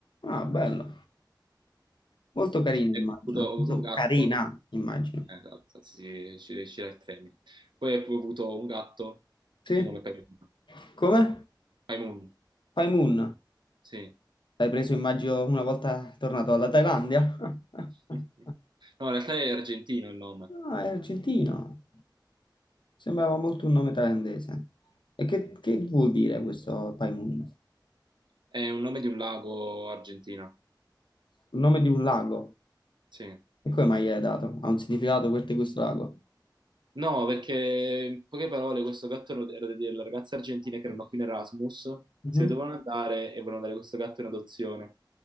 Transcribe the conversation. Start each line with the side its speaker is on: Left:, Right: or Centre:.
Left: Ah, bello. Molto carina,
Right: E
Left: immagino.
Right: ho avuto, ho avuto
Left: Molto
Right: un gatto
Left: Carina, immagino.
Right: Eh, Esatto, sì, sì, Scira e femmine. Poi ho pure avuto un gatto
Left: Sì?
Right: di nome Paimun.
Left: Come?
Right: Paimun,
Left: Paimon.
Right: sì.
Left: L'hai preso, immagino, una volta tornato dalla Thailandia? <laughs>
Right: <laughs> No, in realtà è argentino il nome.
Left: Ah, è argentino. Sembrava molto un nome thailandese. E che, che vuol dire questo Pai Mun? Il
Right: È un nome di un lago argentino,
Left: nome di un lago.
Right: sì.
Left: E come mai gliel'hai dato? Ha un significato per te questo lago?
Right: No, perché in poche parole questo gatto era era delle ragazze argentine che erano qui in Erasmus,
Left: Mhm.
Right: se ne dovevano andare e volevano dare questo gatto in adozione.